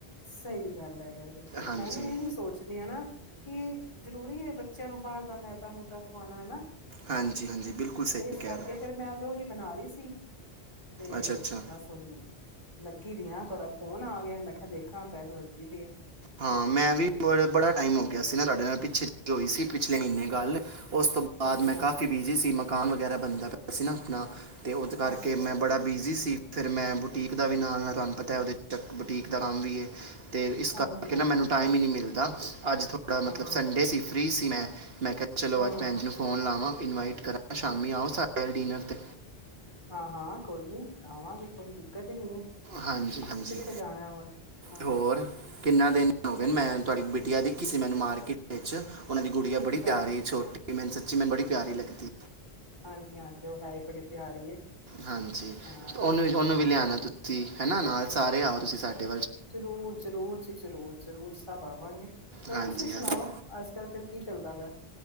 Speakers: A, on the left; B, on the right.
A: ਸਹੀ ਗੱਲ ਹੈਗਾ ਬਿਲਕੁਲ
B: ਹਾਂਜੀ
A: ਮੈਂ ਵੀ ਇਹੀ ਸੋਚਦੀ ਹਾਂ ਨਾ ਕਿ ਜ਼ਰੂਰੀ ਹੈ, ਬੱਚਿਆਂ ਨੂੰ ਬਾਹਰ ਦਾ ਮੈਦਾ ਮੂਦਾ ਖਆਉਣਾ ਹੈ ਨਾ।
B: ਹਾਂਜੀ ਹਾਂਜੀ ਬਿਲਕੁਲ ਸਹੀ
A: ਇਸ
B: ਕਹਿ
A: ਕਰਕੇ
B: ਰਹੇ ਹੋ।
A: ਫੇਰ ਮੈਂ ਅੱਜ ਓ ਹੀ ਬਣਾ ਰਹੀ ਸੀ ਤੇ
B: ਅੱਛਾ ਅੱਛਾ
A: ਬਸ ਓਨੂੰ ਲੱਗੀ ਦੀਆਂ ਤੁਹਾਡਾ ਫੋਨ ਆ ਗਿਆ ਮੈਂ ਕਿਹਾ ਦੇਖਾ ਬਹਿਲ ਵਜਦੀ ਪੀ ਏ।
B: ਹਾਂ ਮੈਂ ਵੀ ਬੜਾ ਟਾਈਮ ਹੋ ਗਿਆ ਸੀ ਨਾ ਤੁਹਾਡੇ ਨਾਲ ਹੋਈ ਸੀ ਪਿਛਲੇ ਮਹੀਨੇ ਗੱਲ ਉਸ ਤੋਂ ਬਾਅਦ
A: ਅੱਛਾ
B: ਮੈਂ ਕਾਫੀ ਬਿਜੀ ਸੀ, ਮਕਾਨ ਵਗੈਰਾ ਬਣਦਾ ਪਿਆ ਸੀ ਨਾ ਆਪਣਾ ਤੇ ਉਹਦੇ ਕਰਕੇ
A: ਅੱਛਾ
B: ਮੈਂ
A: ਅੱਛਾ
B: ਬੜਾ ਬਿਜ਼ੀ ਸੀ ਫਿਰ ਮੈਂ ਬੁਟੀਕ ਦਾ ਵੀ ਨਾਲ, ਨਾਲ ਤੁਹਾਨੂੰ ਪਤਾ ਹੈ ਉਹਦੇ ਚੱਕ ਬੁਟੀਕ ਦਾ ਨਾਮ ਵੀ ਹੈ ਤੇ
A: ਹਾਂਜੀ
B: ਤਾਂ
A: ਹਾਂਜੀ
B: ਕੇਨਾ ਮੈਨੂੰ ਟਾਈਮ ਹੀ ਨਹੀਂ ਮਿਲ <unintelligible> ਅੱਜ ਥੋੜਾ
A: ਹਾਂ
B: ਮਤਲਬ
A: ਹਾਂ
B: ਸੰਡੇ ਸੀ ਫਰੀ ਸੀ ਮੈਂ ਮੈਂ ਕਿਹਾ ਚਲੋ
A: ਹਮ
B: ਅੱਜ ਭੈਂਣ ਜੀ ਨੂੰ ਫੋਨ ਲਾਵਾਂ। ਇਨਵਾਈਟ ਕਰਾਂ ਸ਼ਾਮੀ ਆਓ ਸਾਡੇ ਡਿਨਰ ਤੇ
A: ਹਾਂ ਹਾਂ ਕੋਈ ਨੀ ਆਵਾਂਗੇ ਕੋਈ ਕਦੇ ਨੀ ਹੈ।
B: ਹਾਂਜੀ ਹਾਂਜੀ
A: ਕਿੱਥੇ ਜਾਣਾ ਹੋਰ ਹਾਂ
B: ਹੋਰ ਕਿੰਨਾ ਦਿਨ ਹੋ ਗਏ ਮੈਂ ਤੁਹਾਡੀ ਬੇਟੀਆ ਦੀ ਕਿਸੇ ਮੈਨੂੰ ਮਾਰਕੀਟ ਵਿੱਚ ਉਹਨਾਂ ਦੀ ਗੁੜੀ
A: ਅੱਛਾ
B: ਬੜੀ ਪਿਆਰੀ ਛੋਟੀ ਮੈਨੂੰ ਸੱਚੀ ਮੈਨੂੰ ਬੜੀ ਪਿਆਰੀ ਲੱਗਦੀ
A: ਹਾਂਜੀ ਹਾਂਜੀ ਉਹ ਹੈ ।ਹੈਹੀ ਬੜੀ ਪਿਆਰੀ ਹੈ।
B: ਹਾਂਜੀ
A: ਹਾਂ
B: ਤੇ ਉਹਨੂੰ ਉਹਨੂੰ ਵੀ ਲਿਆਉਣਾ ਤੁਸੀ ਤੁਸੀ ਹਨਾ ਨਾਲ ਸਾਰੇ ਆ ਤੁਸੀ ਸਾਡੇ
A: ਜ਼ਰੂਰ ਜ਼ਰੂਰ ਜੀ ਜ਼ਰੂਰ ਜ਼ਰੂਰ ਸਭ ਆਵਾਂਗੇ ਹੋਰ
B: ਹਾਂਜੀ
A: ਤੁਸੀਂ
B: ਹਜੀ
A: ਸੁਣਾਓ ਅੱਜ ਕੱਲ ਫਿਰ ਕੀ ਚੱਲਦਾ ਵਾ